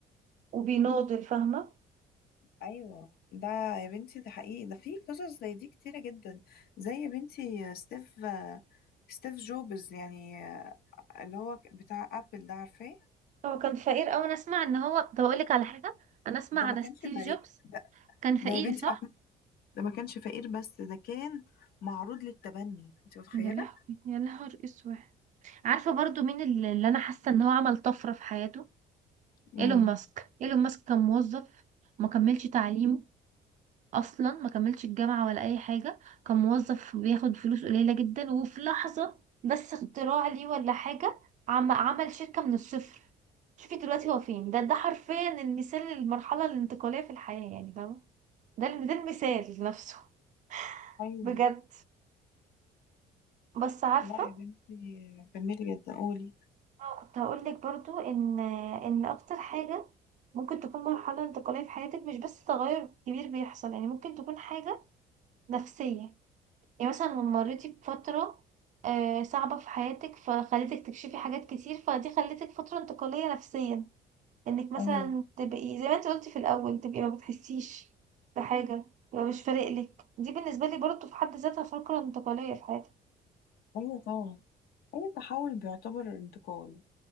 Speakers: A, on the right; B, on the left.
A: وبيناضل فاهمة
B: ايوه ده يا بنتي ده حقيقي ده في قصص زي دي كتيرة جدا زي يا بنتي آه، ستيف آه، ستيف جوبز يعني آه، اللي هو بتاع ابل ده عارفاه
A: هو كان فقير أوي أنا أسمع إن هو طب أقولك على حاجة أنا أسمع
B: ده
A: عن
B: ما كانش
A: ستيف
B: فريق
A: جوبز
B: ده,
A: كان فقير
B: ده يا بنتي
A: صح؟
B: ده ما كانش فقير بس ده كان معروض للتبني انت متخيلة
A: يا لهوي يا نهار اسود عارفة برضو مين اللي اللي أنا حاسة إن هو عمل طفرة في حياته
B: مين
A: ايلون ماسك ايلون ماسك كان موظف ما كملش تعليمه اصلا ما كملش الجامعه ولا اي حاجه كان موظف بياخد فلوس قليله جدا وفي لحظه بس اختراع ليه ولا حاجه عم عمل شركه من الصفر شوفي دلوقتي هو فين ده ده حرفيا المثال للمرحله الانتقاليه في الحياه يعني فاهمه ده الم- ده المثال نفسه <laughs>
B: ايوه
A: بجد بس عارفه
B: لا يا بنتي جميل جدا قولي
A: اه كنت هقولك برضو ان ان اكتر حاجه ممكن تكون مرحله انتقاليه في حياتك مش بس تغير كبير بيحصل يعني ممكن تكون حاجه نفسية يعني مثلا لما مريتي بفترة آه، صعبة في حياتك فخلتك تكشفي حاجات كتير فدي خلتك فترة انتقالية نفسيا انك مثلا
B: ايوه
A: تبقي زي ما انت قلتي في الأول تبقي ما بتحسيش بحاجة يبقى مش فارق لك دي بالنسبة لي برضه في حد ذاتها فترة انتقالية في حياتي
B: ايوه طبعا اي تحول بيعتبر انتقال